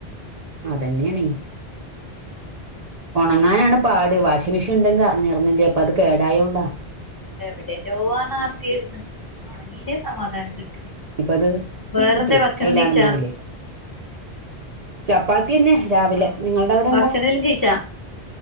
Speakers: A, on the right; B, on the left.
A: അതന്നെണെയ്. ഒണങ്ങാനാണ്
B: ആഹ്
A: പാട് വാഷിംഗ് മെഷീൻ ഇണ്ടെങ്കി അറിഞ്ഞിറുന്നെല്ല്യപ്പൊ അത് കേടായോണ്ടാ
B: എവിടെയല്ലോവാന്ന് ആർത്തിയേർന്ന് ഇന്ന് ഉണങ്ങീനേ സമാധാനം കിട്ടുവി
A: ഇപ്പ അത് ഉണങ്ങി
B: വേറെന്താ
A: കിട്ടുവേ
B: ഭക്ഷണം
A: അയിലാണെന്നെങ്കില്
B: കഴ്ച്ചോ
A: ചപ്പാത്തിയന്നെ രാവിലെ
B: ആഹ്
A: നിങ്ങള്ടെ അവ്ടെ
B: ഭക്ഷണെല്ലാം
A: എന്താ
B: കഴിച്ചാ